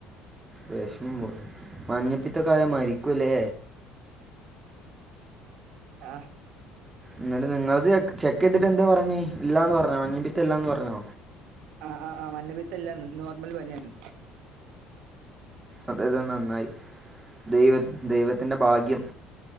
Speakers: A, on the right; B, on the right.
A: വിഷം പോ മഞ്ഞപ്പിത്തക്കായ മരിക്കൂലേ
B: ആഹ്....
A: എന്നാല നിങ്ങള്ത് ചെക്ക് ചെയ്തിട്ട് എന്താ പറഞ്ഞേ ഇല്ലാന്ന് പറഞ്ഞോ മഞ്ഞിപ്പത്ത ഇല്ലാന്ന് പറഞ്ഞോ
B: ആ് ആ് ആ് മഞ്ഞപീത്ത എല്ലന്ന് നോർമൽ പനിയാണ്
A: അതത് നന്നായി ദൈ ദൈവത്തിന്റെറെ ഭാഗ്യം